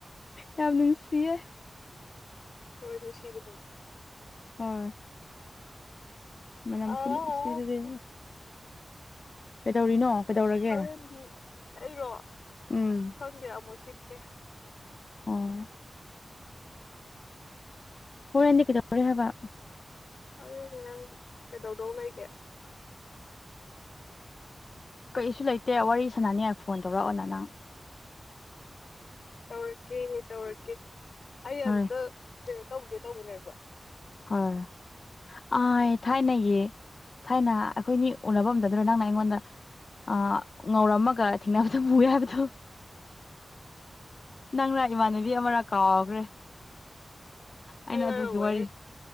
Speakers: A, on the left; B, on the left.
A: ꯌꯥꯝ ꯅꯨꯡꯁꯤꯌꯦ
B: ꯍꯣꯏ ꯅꯨꯡꯁꯤꯕꯗꯣ
A: ꯑ ꯃꯅꯝ
B: ꯑꯥꯎ
A: ꯈꯨꯅꯨꯡꯁꯤꯗꯨꯗꯤ ꯀꯩꯗꯧꯔꯤꯅꯣ ꯀꯩꯗꯧꯔꯒꯦ
B: ꯍꯣꯔꯦꯟꯗꯤ ꯑꯩꯔꯣ
A: ꯎꯝ
B: ꯑꯁ ꯈꯪꯗꯦ ꯑꯃꯨꯛ ꯍꯤꯞꯄꯦ
A: ꯑꯣ ꯍꯣꯔꯦꯟꯗꯤ ꯀꯩꯗꯧꯔꯦ ꯍꯥꯏꯕ
B: ꯍꯧꯔꯦꯟꯅꯦ ꯅꯪ ꯀꯩꯗꯧꯗꯧ ꯂꯩꯒꯦ
A: ꯀꯩꯁꯨ ꯂꯩꯇꯦ ꯋꯥꯔꯤ ꯁꯥꯟꯅꯅꯤꯉꯥꯏ ꯐꯣꯟ ꯇꯧꯔꯛꯑꯣꯅ ꯅꯪ
B: ꯇꯧꯔꯛꯀꯦꯍ ꯇꯧꯔꯛꯀꯦ ꯑꯩ
A: ꯍꯣꯏ
B: ꯑꯝꯇ ꯀꯩꯅꯣ ꯇꯧꯒꯦ ꯇꯧꯕꯅꯦꯕ
A: ꯍꯣꯏ ꯑꯣꯏ ꯊꯥꯏꯅꯒꯤ ꯊꯥꯏꯅ ꯑꯩꯈꯣꯏꯅꯤ ꯎꯅꯕꯗꯗ꯭ꯔꯣ ꯅꯪꯅ ꯑꯩꯉꯣꯟꯗ ꯑ ꯉꯧꯔꯝꯃꯒ ꯊꯦꯡꯅꯕꯗ ꯃꯨꯌꯦ ꯍꯥꯏꯕꯗꯣ ꯅꯪꯅ ꯏꯃꯥꯟꯅꯕꯤ ꯑꯃꯔꯥ ꯀꯥꯎꯈ꯭ꯔꯦ ꯑꯩꯅ
B: ꯑꯩ ꯋꯥꯔꯕ
A: ꯑꯗꯨꯒꯤ ꯋꯥꯔꯤ